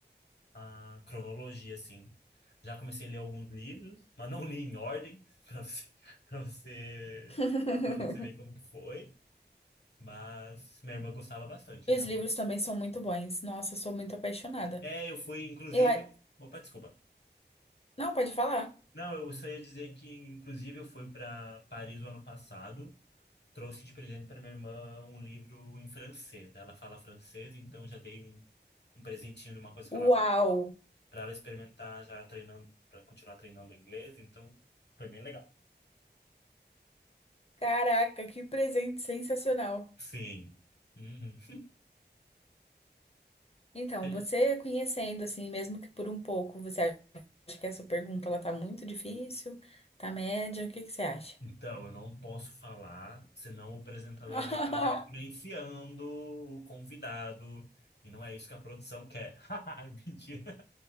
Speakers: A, on the left (about 70°); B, on the left (about 35°).
A: a cronologia, assim. Já comecei a ler alguns livros, mas não li em ordem, <laughs> para você, para você,
B: <laughs>
A: para você ver como que foi. Mas minha irmã gostava bastante,
B: E
A: então.
B: os livros também são muito bons. Nossa, eu sou muito apaixonada.
A: É, eu fui, inclusive.
B: Eu. a-
A: Opa, desculpa.
B: Não, pode falar.
A: Não, eu só ia dizer que, inclusive, eu fui para Paris o ano passado. Trouxe de presente para minha irmã um livro em francês. Ela fala francês, então já dei um, um presentinho de uma coisa que ela
B: Uau!
A: gosta para ela experimentar, já treinando, para continuar treinando o inglês. Então, foi bem legal.
B: Caraca, que presente sensacional!
A: Sim. Uhum.
B: Então,
A: E-
B: você conhecendo assim, mesmo que por um pouco, você acha que essa pergunta ela tá muito difícil, tá média, o que que você acha?
A: Então, eu não posso falar, senão o apresentador
B: <laughs>
A: vai acabar influenciando o convidado. E não é isso que a produção quer. <laughs> Mentira.